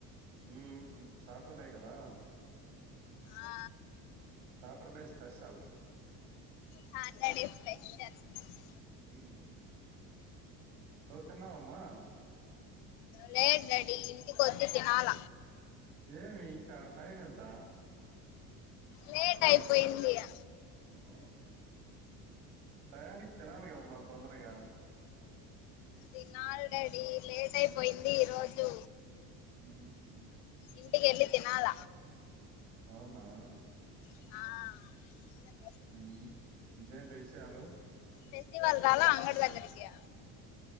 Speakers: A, on the right (about 80°); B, on the left (about 75°).
A: హూ ఉహ్ సాటర్డే కదా
B: ఆ
A: సాటర్డే స్పెషల్
B: సాటర్డె స్పెషల్ జెస్
A: హుమ్ ఒకెనా అమ్మా
B: లేద్ డాడీ ఇంటి కొచ్చి తినాల
A: ఏమి ఇంక టైమ్ ఎంత
B: లేట్ అయిపోయిందిగా
A: అవు టయానికి తినాలి కదా మా తొందరగ
B: తినాల్ డాడీ లేట్ అయిపోయింది ఈ రోజు
A: <inaudible>
B: ఇంటికెళ్ళి తినాల
A: అవునా
B: ఆ
A: హుమ్ ఇంకేంటి విషయాలు
B: ఫస్టివల్ రాాల అంగటి దగ్గరికి